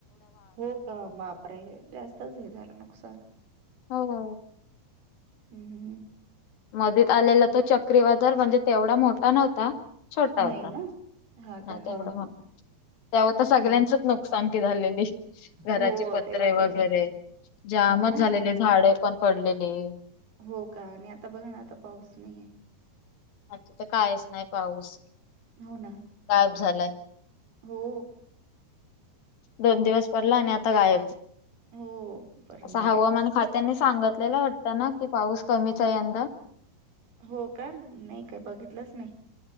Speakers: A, on the right; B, on the left.
A: हो का बापरे! जास्तच हे झालं नुकसान.
B: हो.
A: हम्म हम्म.
B: मधित आलेला तो चक्रीवादळ म्हणजे तेवढा मोठा नव्हता. छोटा
A: नाही
B: होता
A: ना. हां
B: नाही
A: का?
B: ते
A: हां,
B: एवढं नव्हतं
A: हां.
B: त्यावेळी तर सगळ्यांचंच
A: हां, हां.
B: नुकसान की झालेली. घराची
A: हो,
B: पत्रे
A: तेव्हा त्याच्या
B: वगैरे जामच
A: हो ना?
B: झालेली,
A: हां, हां.
B: झाडे पण पडलेली.
A: हो का आणि आता बघ ना आता पाऊस नाहीये.
B: आता तर कायच नाही पाऊस
A: हो ना?
B: गायब झालाय.
A: हो.
B: दोन दिवस पडला आणि आता गायब
A: हो. परत
B: असा
A: गायब.
B: हवामान खात्यानेच सांगितलेला वाटत ना की पाऊस कमीच आहे यंदा.
A: हो का नाही काय बघितलंच नाही.